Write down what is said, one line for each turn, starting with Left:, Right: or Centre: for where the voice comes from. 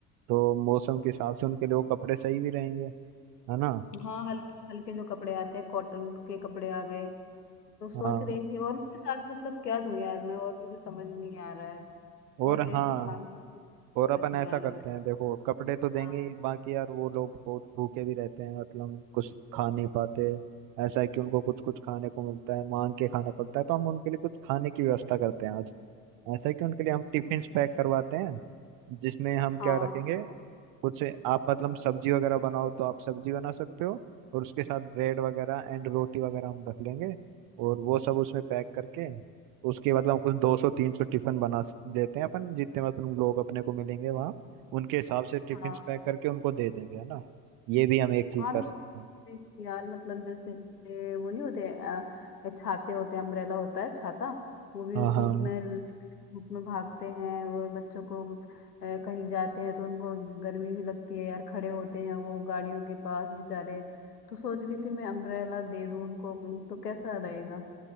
Right: तो मौसम के हिसाब से उनके लिए वो कपड़े सही भी रहेंगे है ना
Left: हाँ हल्के हल्के जो कपड़े आते हैं कॉटन के कपड़े आ गए तो सोच
Right: हाँ
Left: रही थी और उनके साथ मतलब क्या दूं यार मैं और मुझे समझ नहीं आ रहा है
Right: और
Left: बहुत देर
Right: हाँ
Left: से प्लान समझ
Right: और अपन
Left: नहीं
Right: ऐसा
Left: आ रहा
Right: करते
Left: मेरे
Right: हैं देखो कपड़े तो देंगे
Left: हाँ
Right: ही, बाकी यार वो लोग बहुत भूखे भी रहते हैं मतलब कुछ खा नहीं पाते ऐसा है कि उनको कुछ कुछ खाने को मिलता है मांग के खाना पड़ता है तो हम उनके लिए कुछ खाने की व्यवस्था करते हैं आज ऐसा है कि उनके लिए हम टिफिन पैक करवाते हैं जिसमें हम क्या
Left: हाँ
Right: रखेंगे कुछ आप मतलब सब्जी वगैरह बनाओ तो आप सब्जी बना सकते हो और उसके साथ ब्रेड वगैरह एंड रोटी वगैरह हम रख लेंगे और वो सब उसमें पैक करके उसके मतलब कुछ दो सौ तीन सौ टिफिन बना स- लेते हैं अपन जितने मतलब लोग अपने को मिलेंगे वहाँ उनके हिसाब से टिफिन
Left: हाँ
Right: पैक करके उनको दे देंगे है ना ये भी हम एक चीज
Left: हाँ मैं
Right: कर सकते हैं
Left: देख रही यार मतलब जैसे वो नहीं होते अ, छाते होते अम्ब्रेला होता है छाता वो भी
Right: हाँ
Left: धूप
Right: हाँ
Left: में धूप में भागते हैं और बच्चों को अ, कहीं जाते हैं तो उनको गर्मी भी लगती है यार खड़े होते हैं वो गाड़ियों के पास बेचारे तो सोच रही थी मैं अम्ब्रेला दे दूं उनको तो कैसा रहेगा